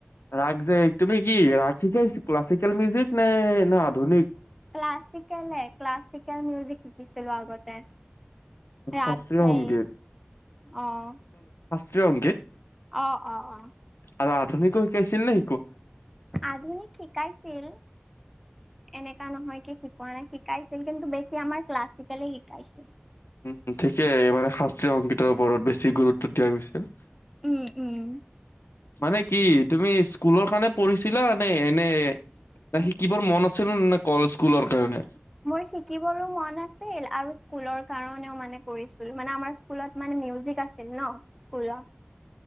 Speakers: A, on the left; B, in the centre.
A: ৰাগ যে, তুমি কি ৰাগ শিকাইছা নে ক্লাছিকেল মিউজিক নে? নে আধুনিক
B: ক্লাছিকেল-ক্লাছিকেল মিউজিক শিকিছিলো আগতে সেই
A: শাস্ত্ৰীয়
B: আগ সেই
A: সংগীত
B: অ <unintelligible>
A: ত অংকিত
B: অ-অ-অ।
A: আৰু আধুনিকো শিকাইছিল নি?
B: আধুনিক শিকাইছিল। এনেকা নহয় কি শিকোৱা নাই, শিকাইছিল কিন্তু বেছি আমাৰ ক্লাছিকেলে শিকাইছিল।
A: উম, ঠিকেই মানে সাচ ত্ৰিয় সংগীতৰ ওপৰত বেছি গুৰুত্ব দিয়া গৈছিল।
B: উম-উম।
A: মানে কি তুমি স্কুলৰ কাৰণে পঢ়িছিলা নে, এনে না শিকিবৰ মন আছিল না কলেজ স্কুলৰ কাৰণে?
B: মোৰ শিকিবৰো মন আছিল আৰু স্কুলৰ কাৰণেও মানে কৰিছিল, মানে আমাৰ স্কুলত মানে মিউজিক আছিল ন স্কুলত।